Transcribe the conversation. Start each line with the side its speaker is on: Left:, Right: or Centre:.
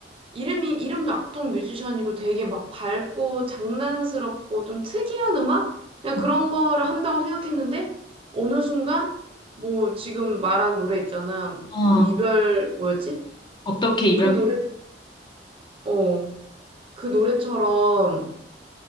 Right: 이름이, 이름도 악동 뮤지션이고 되게 막 밝고 장난스럽고 좀 특이한 음악? 그냥
Left: 어,
Right: 그런 거를 한다고 생각했는데 어느 순간 뭐 지금 말한 노래 있잖아.
Left: 아,
Right: 뭐 이별 뭐였지?
Left: 어떻게 이별까지.
Right: 그 노래, 어, 그 노래처럼